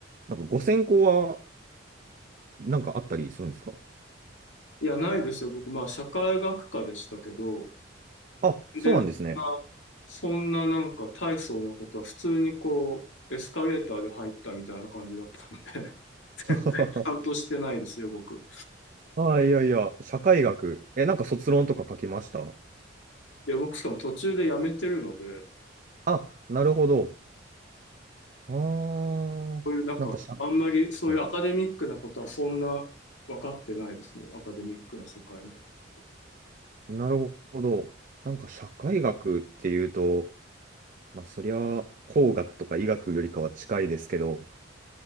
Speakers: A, on the right; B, on the left.
A: なんかご0 0はなんかあったりするんですか
B: いやないですよ僕まあ社会学科でしたけど。
A: あ、
B: 全然そんな、
A: そうなんですね。
B: そんななんか大層なことは普通にこう、エスカレーターで入ったみたいな感じだったので、<laughs>
A: <laughs>
B: ちゃんとしてないですよ、僕。
A: あ、いやいや、社会学。え、なんか卒論とか書きました
B: いや、僕しかも途中で辞めてるので、
A: あ、なるほど。ああ、
B: こういうなんか、
A: なんか社
B: あんまりそういうアカデミックなことはそんな分かってないですね、
A: 会、
B: アカデミックな世界のことって。
A: なるほど。なんか社会学っていうと、まあそりゃ工学とか医学よりかは近いですけど、